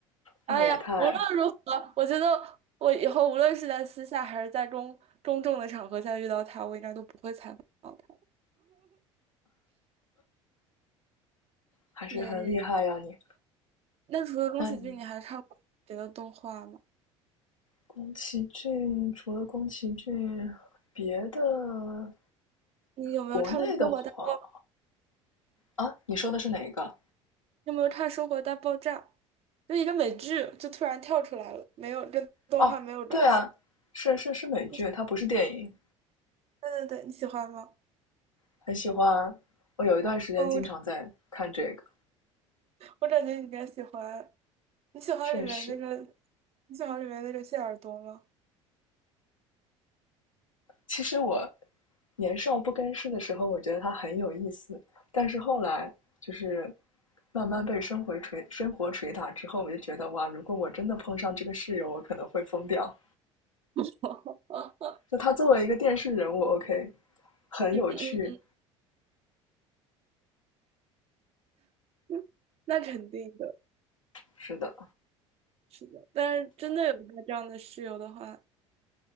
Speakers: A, on the left; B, on the right.
A: 那也太
B: 哎呀，无论如何，我觉得我以后无论是在私下还是在公公众的场合下遇到他，我应该都不会采访他。
A: 还是很厉害呀你。
B: 没，那除了宫崎骏，
A: 那你
B: 你还看过别的动画吗？
A: 宫崎骏除了宫崎骏，别的
B: 你有没有看过《生活大爆》？
A: 国内的话啊，你说的是哪一个？
B: 有没有看《生活大爆炸》？就一个美剧，就突然跳出来了，没有跟动画没有关系。
A: 哦，对啊，是是是美剧，
B: 你喜
A: 它不是电影。
B: 对对对，你喜欢吗？
A: 很喜欢，我有一段时间经常在看这个，
B: 嗯，我我感觉你应该喜欢。你喜欢里面那个，
A: 确实。
B: 你喜欢里面那个谢耳朵吗？
A: 其实我年少不更事的时候，我觉得它很有意思，但是后来就是慢慢被生活捶生活捶打之后，我就觉得哇，如果我真的碰上这个室友，我可能会疯掉。
B: <laughs>
A: 就他作为一个电视人物，OK，很有趣。
B: 嗯嗯嗯嗯，那肯定的。
A: 是的，
B: 是的，但是真的有个这样的室友的话，